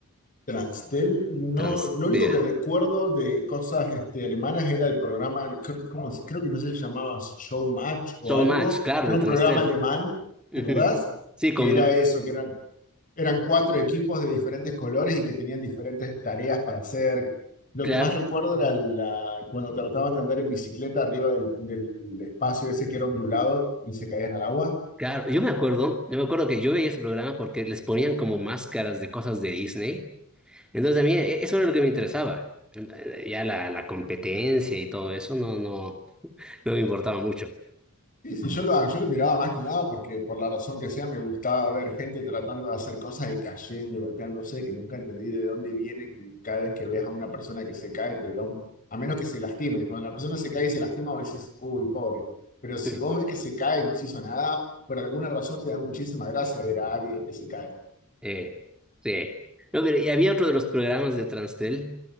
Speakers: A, on the left (about 40°); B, in the centre.
A: Transtel, no,
B: Transtel.
A: lo único que recuerdo de cosas este, alemanas era el programa, cr- ¿cómo se? Creo que no sé si se llamaba Showmatch o
B: so
A: algo,
B: Match, claro,
A: que
B: de
A: era un
B: Transtel.
A: programa alemán,
B: Ujú.
A: ¿te acordás?
B: Sí, con...
A: Que era eso, que eran, eran cuatro equipos de diferentes colores y que tenían diferentes tareas para hacer. Lo
B: Claro,
A: que más recuerdo era la, cuando trataban de andar en bicicleta arriba del, del espacio ese que era ondulado y se caían al agua.
B: claro. Yo me acuerdo, yo me acuerdo que yo veía ese programa porque les ponían como máscaras de cosas de Disney. Entonces a mí e- eso era lo que me interesaba. Eh, Ya la, la competencia y todo eso no, no, no me importaba mucho.
A: Sí, sí, yo lo, yo lo miraba más que nada porque por la razón que sea me gustaba ver gente tratando de hacer cosas y cayendo y golpeándose, que nunca entendí de dónde viene que cada vez que ves a una persona que se cae, te da un- a menos que se lastime. Cuando la persona se cae y se lastima, vos decís, uy, pobre. Pero si
B: Mm.
A: vos ves que se cae y no se hizo nada, por alguna razón te da muchísima gracia ver a alguien que se cae.
B: Eh, sí. No, pero y había otro de los programas de Transtel